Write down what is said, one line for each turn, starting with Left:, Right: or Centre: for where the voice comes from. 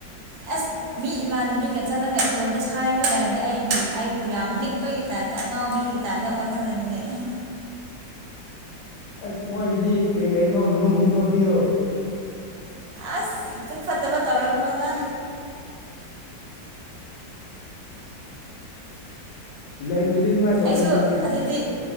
Right: ꯑꯁ ꯃꯤ ꯏꯃꯥꯟꯅꯕꯤꯒ ꯆꯠꯂꯒ ꯏꯇꯣꯝꯇ ꯁꯥꯏꯔꯒ ꯂꯩꯔꯗꯤ ꯑꯩꯕꯨ ꯑꯩꯕꯨ ꯌꯥꯝ ꯂꯤꯛꯄꯒꯤ ꯇꯥꯏꯞꯇ ꯑꯉꯥꯎꯕꯤꯒꯤ ꯇꯥꯏꯞꯇ ꯑꯣꯜꯍꯜꯂꯅꯤꯅꯦ ꯑꯦ
Left: ꯑꯁ ꯃꯣꯏꯒꯤꯗꯤ ꯀꯩ ꯀꯩꯅꯣ ꯅꯨꯡꯒꯨꯝꯕ ꯄꯤꯌꯣ
Right: ꯑꯁ ꯄꯨꯛ ꯐꯠꯇꯕ ꯇꯧꯔꯛꯀꯅꯣꯗ
Left: ꯂꯩꯇ꯭ꯔꯗꯤ ꯁꯨꯃꯥꯏꯅ ꯇꯧꯗꯣꯏꯅꯤꯅꯦ
Right: ꯑꯩꯁꯨ ꯑꯗꯨꯗꯤ